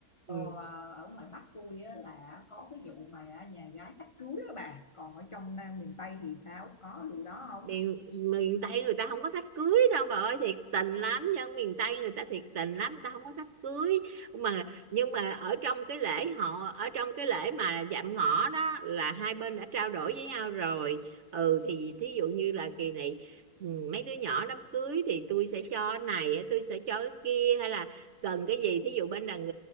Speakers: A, on the left; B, on the right.
A: Ờ,
B: ừ
A: ở ngoài Bắc tôi á, là có cái vụ mà nhà gái thách cưới đó bà. Còn ở trong Nam miền Tây thì sao? Có vụ đó không?
B: miền miền Tây người ta không có thách cưới đâu bà ơi thiệt tình lắm dân miền Tây người ta thiệt tình lắm người ta không có thách cưới mà nhưng mà ở trong cái lễ họ ở trong cái lễ mà dạm ngõ đó là hai bên đã trao đổi với nhau rồi ừ thì thí dụ như là kỳ này ừ, mấy đứa nhỏ đám cưới thì tôi sẽ cho cái này tôi sẽ cho cái kia hay là cần cái gì thí dụ bên đàn